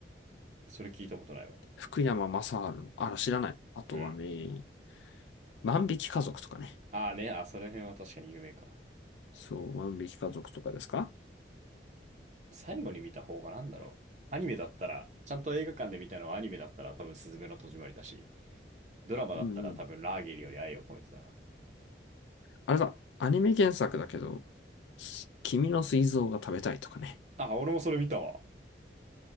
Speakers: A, on the right (about 40°); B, on the left (about 85°).
A: それ聞いたことないわ。
B: 福山雅治の。あら、知らない。あとはね、
A: うん。
B: 万引き家族とかね。
A: ああね、あ、その辺は確かに有名か。
B: そう、万引き家族とかですか
A: 最後に見た方がなんだろう。アニメだったら、ちゃんと映画館で見たのはアニメだったら多分スズメの戸締まりだし、ドラマだったら多分ラーゲリより愛を込めてだな。
B: うんうん。あれだ、アニメ原作だけど、君の膵臓が食べたいとかね。
A: あ、俺もそれ見たわ。